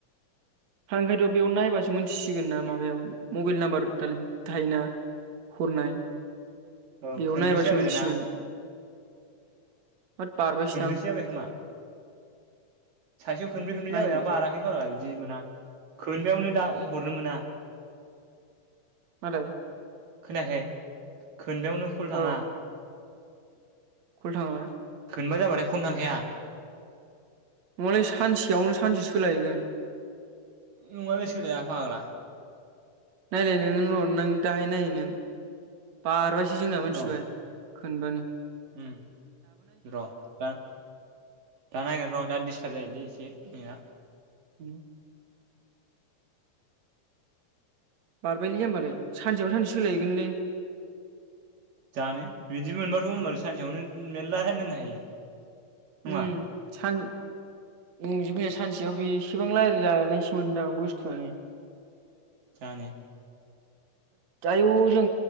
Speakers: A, on the right; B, on the right.
A: हा ओंखायथ' बेयाव नायबासो मिथिसिगोन ना माबायाव मबाइल नाम्बार दालाय थायोना हरनाय
B: औ
A: बेयाव
B: खोनब्रैसो
A: नायबासो
B: जाबाय
A: मोनथिसिगोन
B: दां ना
A: होद बारबायसोदां
B: खोनब्रैसो जाबाय खोमा सासेयाव खनब्रै खनब्रै
A: नायनो
B: जाबाय ना बाराखै फाग्ला बि बिदि मोना खोनबायावनो दा हरनो मोना
A: मा होनदों
B: खोनायाखै खोनबायावनो कल थाङा
A: औ कल थाङा
B: खोनबा जाबाथाय फन थांखाया
A: नङालै सानसेयावनो सानसे सोलायोगोन
B: नङालै सोलाया फाग्ला
A: नायलाय नोङो र न दाहाय नायै नों बारबायसो जोंना मिथिबाय
B: र'
A: खोनबानि
B: उम र' दा दा नायगोन र' दा दिसताब जायोलै एसे बे या
A: उ बारबायलै होमबालाय सानसेयाव सानसे सोलायोगोनलै
B: जानो बिदि मोनबाथ' होमबा सानसेयावनो मेरला रायलायनो हायो नङा
A: ओम सान ओम जि सानसेयाव बेसेबां रायज्लायजानायसो मोन्दां बुस्थुआनो
B: जानो
A: आयु जों